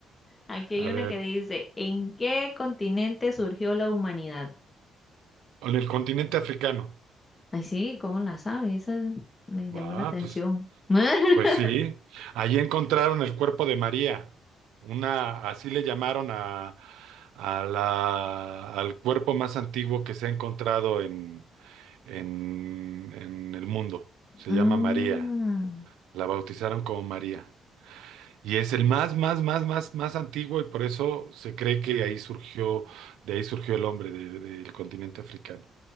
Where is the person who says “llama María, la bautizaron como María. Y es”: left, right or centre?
Right